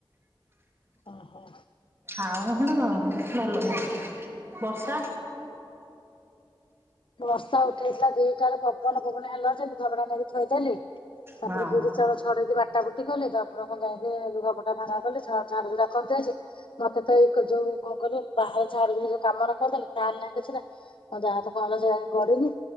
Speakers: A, on the left; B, on the right.
A: ଓ ହୋ।
B: ଆଉ ଖଣ୍ଡ ଗରମ ଭଲ ବର୍ଷା
A: ବର୍ଷା ଉଠେଇଥିଲା ଦୁଇଟାରେ ପବନ ଫବନ ହେଲା ଯେ ଲୁଗାପଟା ନେଇକି ଥୋଇଦେଲି। ତାପରେ
B: ହଁ
A: ବିରି ଚାଉଳ ଛଡେଇକି ବା କୁଟା ବୁଟି କଲି ତାପରେ ମୁଁ ଯାଇକି ଲୁଗାପଟା ଭା <inaudible> କଲି। ସାନ ସାନ ରୁ ରଖନ୍ତି ଆଜି। ମୋତେ ତ ଏଇ କୋ ଯୋଉ ମୁଁ କଣ କିଲି ବାହାର ଝାଡୁ ଯେଇ ଯୋଉ କାମ ରଖୁଥିଲି ତା ନା କିଛି ନା ଆ, ଯାହା ତ କଣ କରିନି